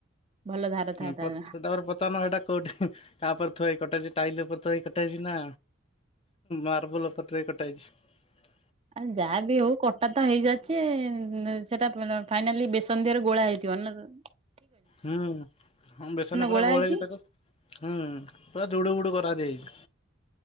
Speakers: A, on the right (about 30°); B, on the left (about 30°).
A: ଭଲ ଧାର
B: ହୁଁ
A: ଥାଏ ତା
B: ତାପରେ ପଚାରୁନ ହେଟା କୋଉଠି ହି ତାପରେ ଥୁଆଇ କଟାଇଛି ଟାଇଲ ଉପରେ ଥୁଆଇ କଟାଇଛି ନା ମାର୍ବଲ ପଟରେ କଟା ହେଇଚି।
A: ଆଉ ଯାହା ବି ହଉ କଟା ତ ହେଇଯାଇଚି ସେଟା ଫାଇନାଲି ବେସନ ଦେହରେ ଗୋଳା ହେଇଥି ଭନ୍ୟ <inaudible>
B: ହୁଁ ବେସନ ପୁରା
A: ଗୋଳା
B: ଗୋଳେଇକି
A: ହେଇକି
B: ତାକୁ ହୁଁ ପୁରା ଯୁଡୁ ବୁଡୁ କରାଦିଆ ହେଇଚି